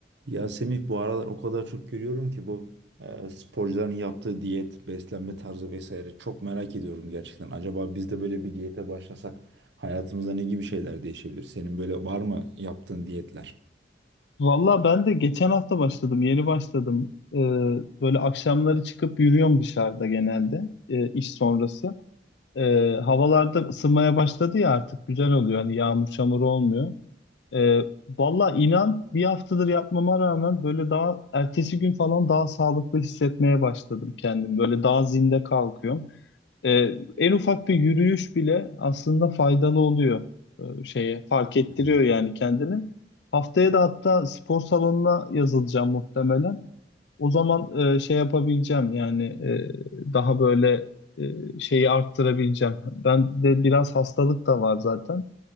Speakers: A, on the right; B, on the left.
A: Ya Semih bu aralar o kadar çok görüyorum ki bu e, sporcuların yaptığı diyet, beslenme tarzı vesaire çok merak ediyorum gerçekten. Acaba biz de böyle bir diyete başlasak hayatımızda ne gibi şeyler değişebilir? Senin böyle var mı yaptığın diyetler?
B: Valla ben de geçen hafta başladım, yeni başladım. Ee, böyle akşamları çıkıp yürüyorum dışarıda genelde e, iş sonrası. Ee, havalarda ısınmaya başladı ya artık güzel oluyor. Hani yağmur çamur olmuyor. Ee, valla inan bir haftadır yapmama rağmen böyle daha ertesi gün falan daha sağlıklı hissetmeye başladım kendim. Böyle daha zinde kalkıyorum. Ee, en ufak bir yürüyüş bile aslında faydalı oluyor e, şeye fark ettiriyor
A: Hı. hı.
B: yani kendini. Haftaya da hatta spor salonuna yazılacağım muhtemelen. O zaman e, şey yapabileceğim yani e, daha böyle e, şeyi arttırabileceğim. Ben de biraz hastalık da var zaten